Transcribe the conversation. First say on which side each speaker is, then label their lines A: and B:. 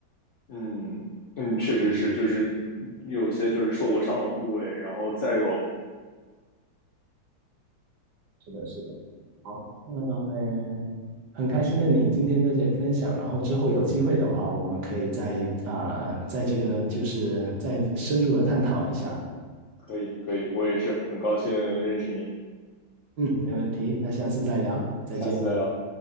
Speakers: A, on the left (about 80°); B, on the right (about 65°).
A: 嗯嗯，确实是，
B: 嗯，
A: 就是有些就是受过伤的部位，然后再有，
B: 是的，是的。好，那呃，很开心跟你今天在这里分享，然后之后有机会的话，我们可以再啊、在这个就是再深入的探讨一下。
A: 可以可以，我也是很高兴认识你，
B: 嗯，没问题，那下次再聊，再见。
A: 下次再聊。